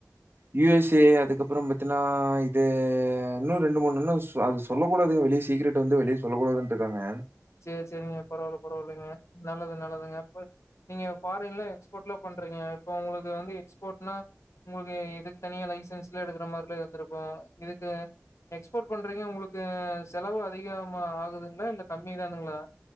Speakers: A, on the right; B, on the left.
A: யு எஸ் ஏ அதுக்கப்றோ பாத்தீன்னா இது இன்னு ரெண்டு மூணு இன்னு ஸ் அது சொல்லக் கூடாதுங்க வெளிய சீக்ரட் வந்து வெளிய சொல்லக் கூடாதுன்ருக்காங்க
B: செரி செரிங்க பரவால பரவாலங்க நல்லது நல்லதுங்க இப்ப நீங்க பாரின்ல எக்ஸ்போர்ட்லா பண்றீங்க இப்போ உங்களுக்கு வந்து எக்ஸ்போர்ட்னா உங்ளுக்கு இதுக் தனியா லைசன்ஸ்லா எடுக்ற மாரிலா இருந்திருக்கு இதுக்கு எக்ஸ்போர்ட் பண்றீங்க உங்ளுக்கு செலவு அதிகமா ஆகுதுங்ளா இல்ல கம்மிதானுங்ளா